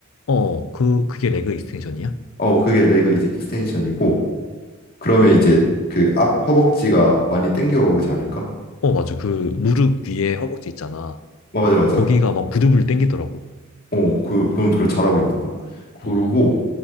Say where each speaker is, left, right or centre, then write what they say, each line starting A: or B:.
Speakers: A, on the left; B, on the left.
A: 어, 그, 그게 레그 익스텐션이야?
B: 어 그게 레그 이제 익스텐션이고 그러면 이제 그 앞 허벅지가 많이 땡겨오지 않을까
A: 어, 맞아. 그 무릎 위에 허벅지 있잖아.
B: 맞아 맞아
A: 거기가 막 부들부들 땡기더라고.
B: 어그 그럼 그걸 잘하고 있는 거야 그러고
A: 어,